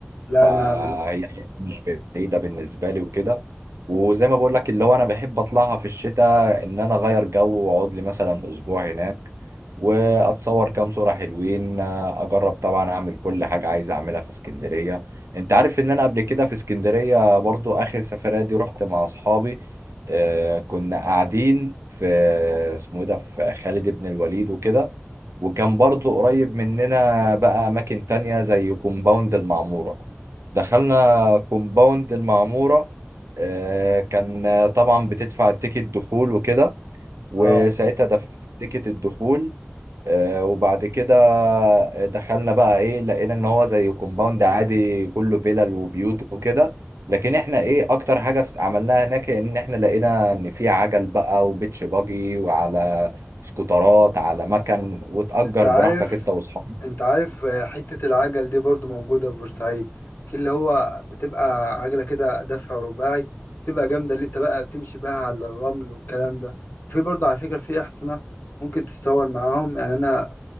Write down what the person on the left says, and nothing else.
لا
انا بن...
اه
انت عارف
انت عارف آه، حتة العجل دي برضو موجودة في بورسعيد في اللي هو بتبقى عجلة كده دفع رباعي بتبقى جامدة اللي انت بقى بتمشي بها على الرمل والكلام ده وفي برضو على فكرة في أحصنة ممكن تتصور معاهم يعني أنا